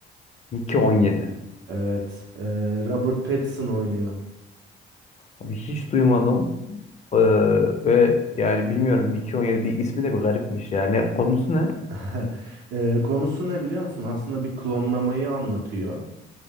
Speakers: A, on the left; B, on the right.
A: Mickey on yedi.
B: Evet, ee, Robert Pattinson oynuyor.
A: Abi hiç duymadım. Ee, ve yani bilmiyorum Mickey on yedi bir ismi de bir garipmiş yani. Konusu ne?
B: <laughs> Ee, konusu ne biliyor musun? Aslında bir klonlamayı anlatıyor.